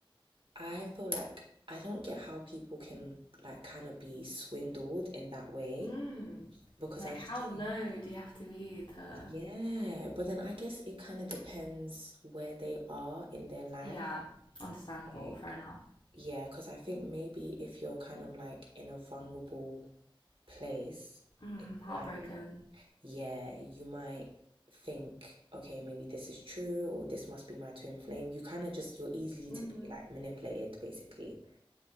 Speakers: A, on the right; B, on the left.
A: I feel like I don't get how people can like kind of be swindled in that way
B: Mm.
A: because
B: Like
A: I just
B: how low
A: think,
B: do you have to be to?
A: yeah, but then I guess it kind of depends where they are in their life.
B: Yeah, understandable.
A: Like,
B: Fair enough.
A: yeah, because I think maybe if you're kind of like in a vulnerable place
B: Mm,
A: in
B: heartbroken.
A: life, yeah, you might think, okay, maybe this is true or this must be my twin flame. You kind of just, you're easy
B: Mm-hmm.
A: to be like manipulated basically.